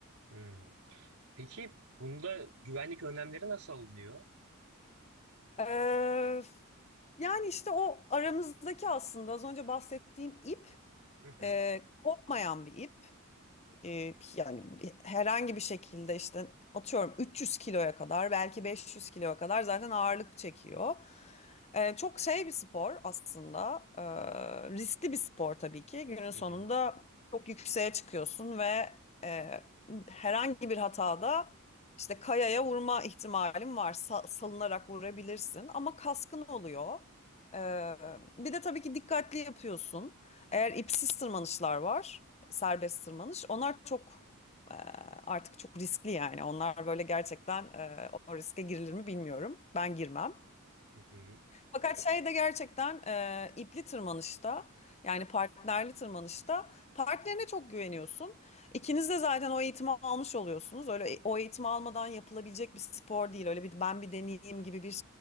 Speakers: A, on the right; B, on the left.
A: Hmm. Peki bunda güvenlik önlemleri nasıl alınıyor?
B: Ee, yani işte o aramızdaki aslında az önce bahsettiğim ip
A: Hı hı.
B: e, kopmayan bir ip. e, yani herhangi bir şekilde işte atıyorum 300 kiloya kadar belki 500 kiloya kadar zaten ağırlık çekiyor. E, çok şey bir spor aslında. E, riskli bir spor tabii ki. Günün sonunda
A: Hı hı.
B: çok yükseğe çıkıyorsun ve e, herhangi bir hatada işte kayaya vurma ihtimalin var. Sa- salınarak vurabilirsin ama kaskın oluyor. E, bir de tabii ki dikkatli yapıyorsun. Eğer ipsiz tırmanışlar var serbest tırmanış. Onlar çok e, artık çok riskli yani. Onlar böyle gerçekten e, o riske girilir mi bilmiyorum. Ben girmem.
A: Hı hı.
B: Fakat şey de gerçekten e, ipli tırmanışta yani partnerli tırmanışta partnerine çok güveniyorsun. İkiniz de zaten o eğitimi almış oluyorsunuz. Öyle e, o eğitimi almadan yapılabilecek bir spor değil. Öyle bir ben bir deneyeyim gibi bir